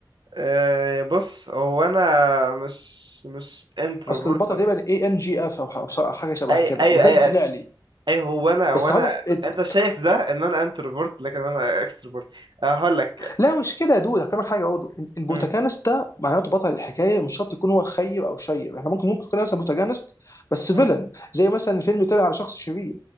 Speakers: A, on the right (about 65°); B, on the left (about 40°).
A: آه، بص هو انا مش مش انتروفورت
B: اصل البطل تقريبا اي ان جي اف او ح- أو حاجه شبه
A: اي
B: كده
A: اي
B: وده
A: اي
B: اللي طلع
A: اي
B: لي
A: أي هو انا هو
B: بس
A: انا
B: هقول لك إت-
A: انت شايف ده ان انا انتروفورت لكن انا اكستروفورت هقول لك
B: لا مش كده يا دود هفهمك حاجه برضه البروتاجانست
A: م-
B: ده معناته بطل الحكايه مش شرط يكون هو خير او شير احنا ممكن ممكن يكون مثلا بروتاجانست بس
A: م-
B: فيلن زي مثلا فيلم يتابع على شخص شرير